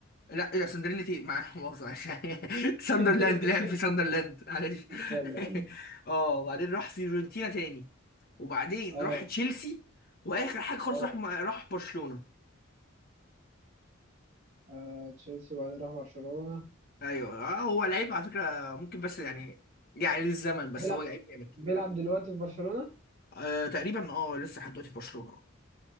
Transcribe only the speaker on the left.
لا لا سندريلا تي مع مؤاخذة معلش <laughs>
ساندرلاند لعب في ساندرلاند معلش
<laughs> اه وبعدين راح فيورنتينا تاني وبعدين
راح تشيلسي واخر حاجة خالص
راح راح برشلونة
ايوه آه هو لعيب على فكره ممكن بس يعني يعني للزمن بس
هو لعيب جامد
آه تقريبا اه لسه لحد دلوقتي في برشلونه